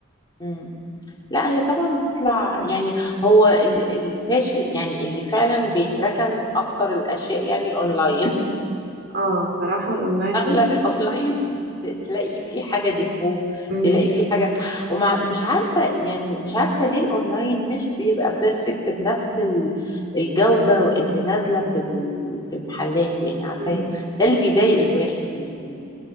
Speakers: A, on the left; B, on the right.
A: مم. لا هي طبعا بتطلع يعني هو ال- الفاشل يعني اللي فعلا بيتركن اكتر الاشياء يعني الاونلاين
B: اه بصراحة الأونلاين
A: اغلب
B: عن...
A: الاونلاين <laughs> تلاقي في حاجه ديفو
B: مم.
A: تلاقي في حاجه ومع مش عارفه يعني مش عارفه ليه الاونلاين مش بيبقى بيرفكت بنفس ال- الجوده اللي نازله في ال- في المحلات يعني عارفه
B: مم.
A: هي- ده اللي بيضايق الواحد يعني إن-